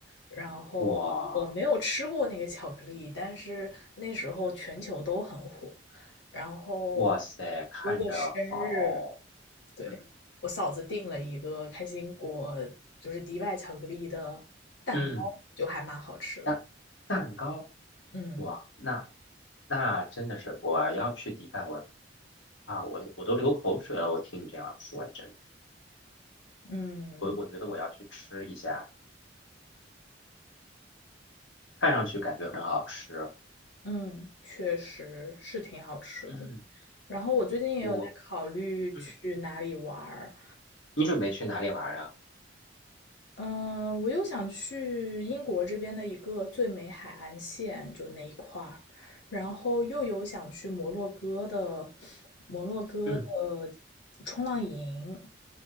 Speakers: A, on the left; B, on the left.
A: 然后我没有吃过那个巧克力，
B: 我，
A: 但是那时候全球都很火。然后
B: 哇塞，看着好，
A: 哥哥生日，对，
B: 嗯
A: 我嫂子订了一个开心果，就是迪拜巧克力的，
B: 嗯，
A: 就还蛮好吃的。
B: 蛋蛋糕，
A: 嗯
B: 哇，那那真的是我要去迪拜，我啊，我我都流口水了。我听你这样说，真的，
A: 嗯
B: 我我觉得我要去吃一下，看上去感觉很好吃。
A: 嗯，确实是挺好吃的。
B: 嗯，
A: 然后我最近也有在考虑去哪里玩儿，
B: 我嗯，你准备去哪里玩啊？
A: 嗯，我又想去英国这边的一个最美海岸线，就那一块儿，然后又有想去摩洛哥的摩洛哥的
B: 嗯
A: 冲浪营。